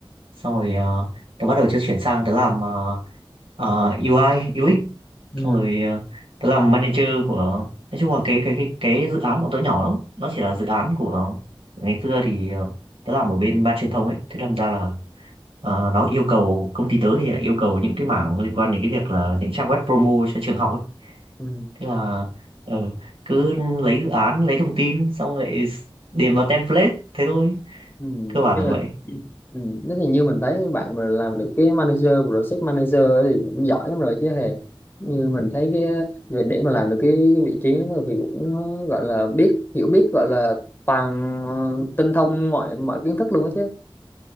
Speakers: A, on the right; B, on the left.
A: xong rồi uh, tớ bắt đầu tớ chuyển sang tớ làm ờ, ờ, UI UX
B: Ừ.
A: xong rồi ờ, tớ làm manager của nói chung là cái cái cái cái dự án bọn tớ nhỏ lắm nó chỉ là dự án của, của ngày xưa thì ờ, tớ làm ở bên ban truyền thông ấy thế làm ra là ờ, nó yêu cầu công ty tớ thì lại yêu cầu những cái mảng liên quan đến cái việc là những trang web promo cho trường học ấy
B: Ừ.
A: thế là ờ, cứ lấy dự án lấy thông tin xong lại điền vào template thế thôi
B: Ừ.
A: cơ bản
B: Tức
A: là
B: là,
A: vậy
B: ừ. Thế thì như mình thấy bạn mà làm được cái manager, project manager ấy thì cũng giỏi lắm rồi chứ hề. Như mình thấy cái việc để mà làm được cái, cái vị trí đó thì cũng gọi là biết hiểu biết gọi là toàn ờ, tinh thông mọi mọi kiến thức luôn á chứ.